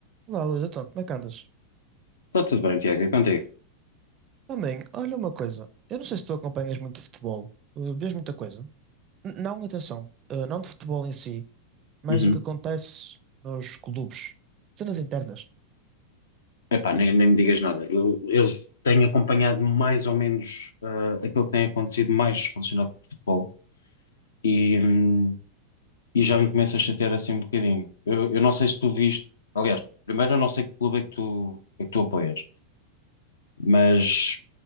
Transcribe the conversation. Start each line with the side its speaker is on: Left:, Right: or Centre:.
Right: Olá, Luís, então, como é que andas?
Left: Está tudo bem, Tiago, é contigo.
Right: Também, olha uma coisa. Eu não sei se tu acompanhas muito futebol. Uh, vês muita coisa? N- não, atenção. uh, não de futebol em si, mas
Left: Uhum.
Right: o que acontece nos clubes. Cenas internas.
Left: Epá, nem, nem me digas nada. Eu, eu tenho acompanhado mais ou menos ah, aquilo que tem acontecido mais relacionado com o futebol e, hum, e já me começa a chatear assim um bocadinho. Eu, eu não sei se tu viste, aliás, primeiro eu não sei que clube é que tu, é que tu apoias, mas